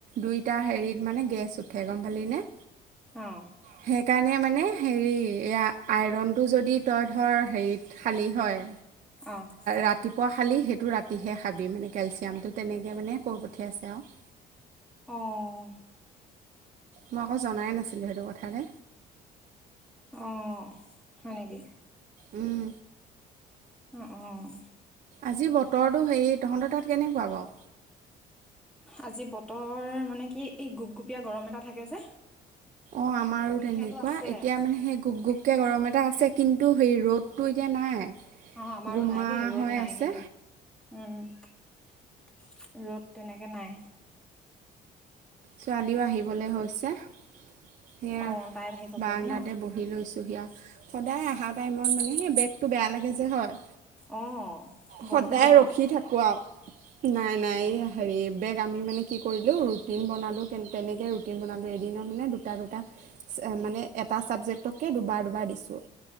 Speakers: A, on the right (about 50°); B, in the centre.
A: দুইটা হেৰিত মানে গেছ উঠে গম পালিনে?
B: অ
A: সেইকাৰণে মানে হেৰি এইয়া আইৰণটো যদি তই ধৰ হেৰি খালী হয়,
B: অ
A: ৰাতিপুৱা খালি সেইটো ৰাতিহে খাবি মানে কেলচিয়ামটো। তেনেকৈ মানে কৈ পঠিয়াইছে আৰু।
B: অ',
A: মই আকৌ জনাই নাছিলোঁ, সেইটো কথা দে।
B: অ', হয় নেকি?
A: উম,
B: অ', অ'।
A: আজি বতৰটো হেৰি তহঁতৰ তাত কেনেকুৱা বাৰু?
B: আজি বতৰ মানে কি, এই গোপগুপীয়া গৰম এটা থাকে যে
A: অ', আমাৰো তেনেকুৱা
B: সেইটো আছে
A: এতিয়া মানে সেই গুপ গুপ কে গৰম এটা আছে, কিন্তু সেই ৰ'দটো এতিয়া নাই।
B: অ', আমাৰো
A: গোমা
B: নাই দেই ৰ'দ
A: হৈ
B: নাই,
A: আছে
B: কিন্তু উম, ৰ'দ তেনেকে নাই।
A: ছোৱালীও আহিবলৈ হৈছে। এইয়া
B: অ তাই আহি পাবহি
A: বাৰণ্ডাতে
B: ন
A: বহি লৈছোঁ দিয়া। সদাই অহা টাইমত মানে, সেই বেগটো বেয়া লাগে যে হয়।
B: অ',
A: সদায়
B: গধুৰ ন?
A: ৰখি থাকোঁ নাই, নাই এইয়া হেৰি বেগ আমি মানে কি কৰিলোঁ, ৰুটিন বনালো লো, তেনেকেই ৰুটিন‌ বনালো, এদিনত মানে দুটা, দুটা মানে এটা চাবজেক্টকে দুবাৰ দুবাৰ দুবাৰ দিছোঁ।